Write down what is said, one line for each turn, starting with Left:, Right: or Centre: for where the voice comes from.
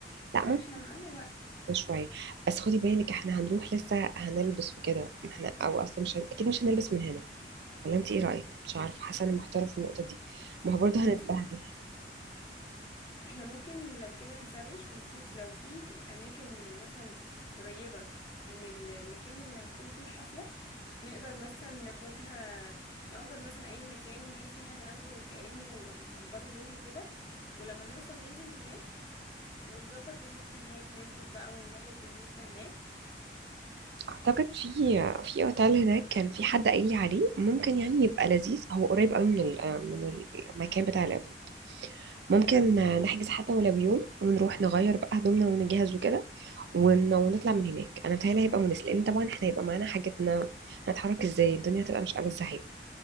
Right: لا
Left: فاحنا
Right: ممكن
Left: معانا وقت
Right: شوية بس خدي بالك احنا هنروح لسه هنلبس وكده ما احنا او اصلا مش هن... اكيد مش هنلبس من هنا ولا انت ايه رأيك مش عارفة حاسة اني محتارة في النقطة دي ما هو برضه
Left: بصي
Right: هنتبهدل
Left: احنا ممكن لو كده نسرش ونشوف لو في اماكن مثلا قريبة من المكان اللي هيكون فيه الحفلة نقدر مثلا ناخدها نأجر مثلا اي مكان بحيث ان احنا ناخده كأنه هنأجره يوم وكده ولما نوصل ننزل هناك ونظبط دنيتنا هناك نلبس بقى ونجهز دنيتنا هناك
Right: اعتقد في في اوتيل هناك كان في حد قايل لي عليه ممكن يعني يبقى لذيذ هو قريب قوي من ال- من المكان بتاع الايفنت ممكن نحجز حتى ولو بيوم ونروح نغير بقى هدومنا ونجهز وكده ون- ونطلع من هناك انا بتهيألي هيبقى مناسب لان طبعا احنا هيبقى معانا حاجتنا هنتحرك ازاي الدنيا هتبقى مش ألذ حاجه